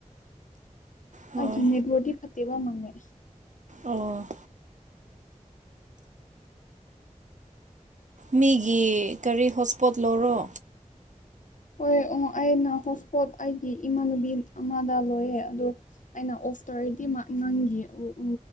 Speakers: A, on the right; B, on the left.
A: ꯍꯣꯏ
B: ꯑꯩꯒꯤ ꯅꯦꯠꯋꯔꯤ ꯐꯠꯇꯦꯕ ꯃꯪꯉꯦ
A: ꯑꯣ ꯃꯤꯒꯤ ꯀꯔꯤ ꯍꯣꯠꯁꯄꯣꯠ ꯂꯧꯔꯣ
B: ꯍꯣꯏ ꯑꯣ ꯑꯩꯅ ꯍꯣꯠ ꯏꯁꯄꯣꯠ ꯑꯩꯒꯤ ꯏꯃꯥꯟꯅꯨꯕꯤ ꯑꯃꯗ ꯂꯣꯏꯌꯦꯦ ꯑꯗꯣ ꯑꯩꯅ ꯑꯣꯐ ꯇꯧꯔꯗꯤ ꯃꯥ ꯅꯪꯒꯤ ꯎ